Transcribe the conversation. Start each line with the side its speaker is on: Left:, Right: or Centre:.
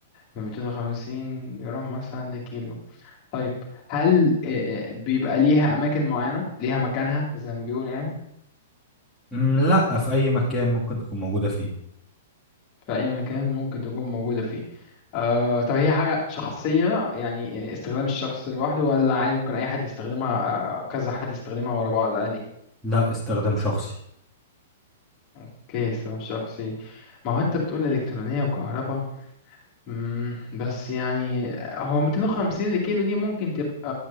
Left: من 250 جرام مثلا لكيلو طيب هل آه، آه، بيبقى ليها أماكن معينة ليها مكانها زي ما بيقول يعني
Centre: مم، لا في اي مكان ممكن تكون موجودة فيه
Left: في أي مكان ممكن تكون موجودة فيه آه طب هي حاجة شخصية يعني استخدام الشخص لوحده ولا عادي ممكن أي حد يستخدمها آه كذا حد يستخدمها ورا بعض عادي
Centre: لا استخدام شخصي
Left: اوكي استخدام شخصي ما هو أنت بتقول إلكترونية وكهرباء مم، بس يعني هو 250 لكيلو دي ممكن تبقى